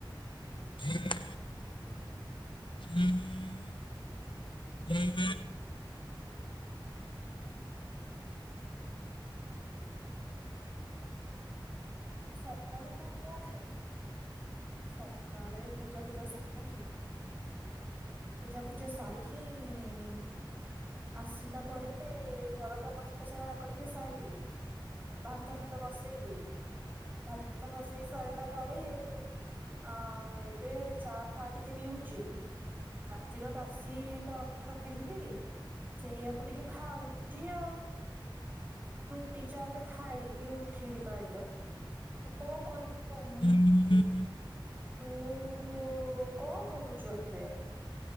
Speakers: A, on the left; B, on the right.
A: <inaudible> <inaudible> <inaudible>
B: ସକାଳୁ ମୁଁ କଣ ଖାଇବି? ସକାଳେ ପୂଜା ଫୂଜା ସାରିକି ପୂଜା ଫୁଜା ସାରିକି ଇ ଆସିଲା ପରେ, ଘର କାମ ଥିଲା ଯାହା ଆଗ ଟିକେ ସାରିଲି ଭାତ ଫାତ ବସେଇଲି, ଭାତ ଫାତ ବସେଇ ସରିଲା ପରେ ଅଁ, ଏବେ ଚା ଫା ଟିକେ ପିଉଛି ରାତିର ବାସି ପରଟା ରଖିଥିଲି, ସେଇଆକୁ ଟିକେ ଖାଉ ଛି ଆଉ ରୁଟି ଚା ଏଇଆ ଖାଇ ଏବେ ଉଠିଲି ବା ଅବିକା, ଆଉ କଣ କରିବି କହୁନୁ?
A: <inaudible>
B: ତୁ ଉ କଣ କରୁଛୁ ଏବେ?